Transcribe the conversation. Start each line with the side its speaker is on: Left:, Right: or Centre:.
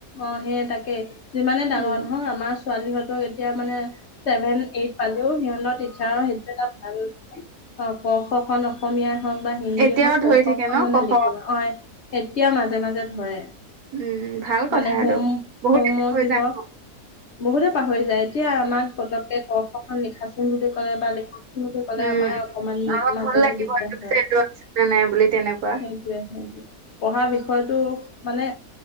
Left: অ' সেই। টাকেই। যিমানে ডাঙৰ
Right: উম
Left: নহওক আমাৰ ছোৱালীহতক এতিয়া মানে ছেভেন এইট পালেও সিহতৰ টিচাৰৰ সেইটো এটা ভাল মানে অ, ক, খ খন অসমীয়া হওক বা হিন্দীয়ে
Right: এতিয়াও
Left: হওক
Right: ধৰি
Left: ক, খ
Right: থাকে
Left: খন
Right: ন
Left: মানে
Right: ক খ
Left: লিখিব অ। এতিয়াও মাজে মাজে ধৰে।
Right: উম, ভাল কথা
Left: মানে
Right: এটো
Left: হোম
Right: বহুত
Left: হোমৱৰ্ক
Right: <unintelligible>
Left: দিব বহুতে পাহৰি যায়, এতিয়া আমাক পতক ক খ খন লিখাচোন বুলি কলে বা লিখচোন বুলি ক'লে
Right: উম
Left: আমাৰ অকমান
Right: অলপ
Left: মাজতে
Right: ভুল লাগিব
Left: দিগদাৰ
Right: এইটো পিছে
Left: হয়।
Right: এইটো আছে নে নাই বুলি তেনেকুৱা
Left: সেইটোৱে সেইটোৱে। পঢ়াৰ বিষয়টো মানে